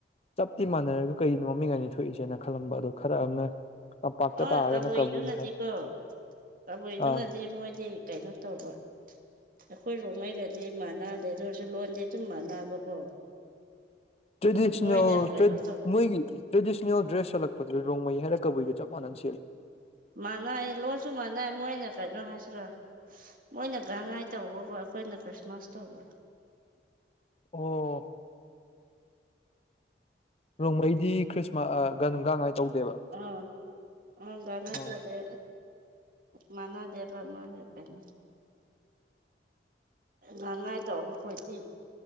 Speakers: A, on the left; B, on the right.
A: ꯆꯞꯇꯤ ꯃꯥꯟꯅꯔꯒ ꯀꯩꯅꯣ ꯃꯃꯤꯡ ꯑꯅꯤ ꯊꯣꯛꯏꯁꯦꯅ ꯈꯜꯂꯝꯕ ꯑꯗꯣ ꯈꯔ ꯑꯃꯅ ꯇꯝꯄꯥꯛꯇ
B: ꯑꯥ
A: ꯇꯥꯔꯒꯅ
B: ꯀꯕꯨꯏꯗꯨꯅꯗꯤꯀꯣ
A: ꯀꯕꯨꯏ ꯍꯥꯏ
B: ꯀꯕꯨꯏꯗꯨꯅꯗꯤ
A: ꯑ
B: ꯃꯣꯏꯗꯤ ꯀꯩꯅꯣ ꯇꯧꯕ ꯑꯩꯈꯣꯏ ꯔꯣꯡꯃꯩꯒꯥꯗꯤ ꯃꯥꯟꯅꯗꯦ ꯑꯗꯨ ꯑꯣꯏꯔꯁꯨ ꯂꯣꯟꯗꯤ ꯑꯗꯨꯝ ꯃꯥꯟꯅꯕꯀꯣ
A: ꯇ꯭ꯔꯦꯗꯤꯁꯅꯦꯜ
B: ꯃꯣꯏꯅ ꯀꯩꯅꯣ
A: ꯇ꯭ꯔꯦ
B: ꯇꯧ
A: ꯃꯣꯏꯒꯤ ꯇ꯭ꯔꯦꯗꯤꯁꯅꯦꯜ ꯗ꯭ꯔꯦꯁ ꯁꯦꯠꯂꯛꯄꯗꯨꯗꯤ ꯔꯣꯡꯃꯩ ꯍꯥꯏꯔ ꯀꯕꯨꯏꯒꯥ ꯆꯞ ꯃꯟꯅꯅꯥ ꯁꯦꯂꯦ
B: ꯃꯥꯟꯅꯩ ꯂꯣꯟꯁꯨ ꯃꯥꯟꯅꯩ ꯃꯣꯏꯅ ꯀꯩꯅꯣ ꯍꯥꯏꯁꯤꯔ ꯃꯣꯏꯅ ꯒꯟꯉꯥꯏ ꯇꯧꯕꯒꯣ ꯑꯩꯈꯣꯏꯅ ꯈ꯭ꯔꯤꯁꯃꯥꯁ ꯇꯧꯕ
A: ꯑꯣ ꯔꯣꯡꯃꯩꯗꯤ ꯈ꯭ꯔꯤꯁꯃꯥꯁ ꯒ ꯒꯥꯡꯉꯥꯏ ꯇꯧꯗꯦꯕ
B: ꯑ ꯑ ꯒꯥꯥꯡꯉꯥꯢ
A: ꯑꯣ
B: ꯇꯧꯗꯦ ꯃꯅꯥꯗꯦꯕ ꯃꯔ ꯀꯩꯅꯣ ꯒꯥꯡꯉꯥꯏ ꯇꯧꯕ ꯈꯣꯗꯤ